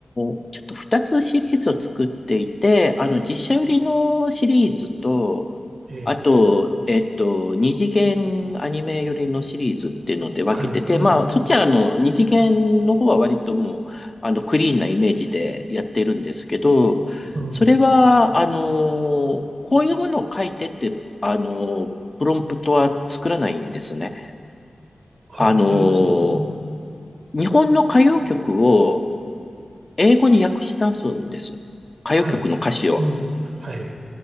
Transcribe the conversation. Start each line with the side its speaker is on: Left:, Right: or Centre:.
Left: ーちょっと2つシリーズを作っていて、あの、実写売りのシリーズと、
Right: ええ、
Left: あと、えっと、二次元アニメ寄りのシリーズっていうので分けてて、
Right: はい、うん、
Left: まあ、そっちはあの、二次元の方は割ともう、あの、クリーンなイメージでやってるんですけど、
Right: うん、
Left: それは、あのーこういうものを書いてって、あのープロンプトは作らないんですね。
Right: はい。
Left: あのー
Right: え、どうするんですかうん、
Left: 日本の歌謡曲を、英語に訳し直すんです。歌謡曲の歌詞を。
Right: はい、うん、はい、